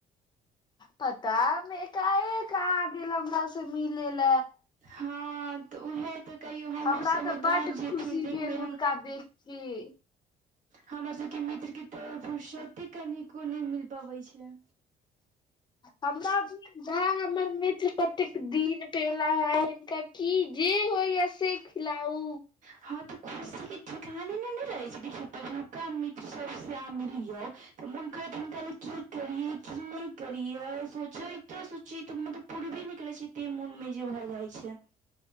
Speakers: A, on the left; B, on the right.
A: पता नहि, एकाएक आ गेल हमरा सँ मिले लेल।
B: हँ तऽ उएह तऽ कहियौ हमरोसभ
A: हमरा तऽ
B: ओतऽ
A: बड
B: आबि जेथिन
A: खुशी
B: देखबै
A: भेल हुनका देख की।
B: हमर सभके मित्रके तऽ फुरसत कनिको नै मिल पाबै छैन।
A: हमर भाय आ हमर मित्र कतेक दिन पे एला हे हिनकर की जे होइए, से खिलाउ।
B: हँ तऽ खुशीके ठिकाने नहि रहै छै। देखियौ, पहिलुका मित्र सभसँ अहाँ मिलियौ। तऽ मोन करैत हिनका ले कि करियै, कि नै करियै, सोचलै तऽ चित्त में तऽ पूरबै नै करै छै, एते मोनमें जे भऽ जाइ छै।